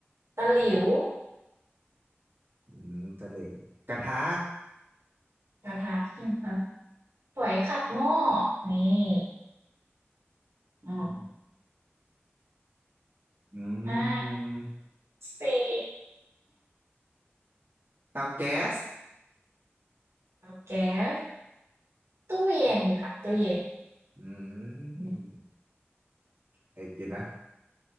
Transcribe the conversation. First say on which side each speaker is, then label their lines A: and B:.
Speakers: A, on the right (about 85°); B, on the right (about 50°).
A: ตะหลิว
B: อืมตะหลิวกระทะ
A: กระทะ <laughs> ใช่ไหมคะสวยขัดหม้อนี่อืม
B: อืมอื
A: ห้า
B: ม
A: สี่
B: เตาแก๊ส
A: เตาแก๊ส ตู้เย็นค่ะตู้เย็น
B: อื
A: อืม
B: มไอ้กินนะ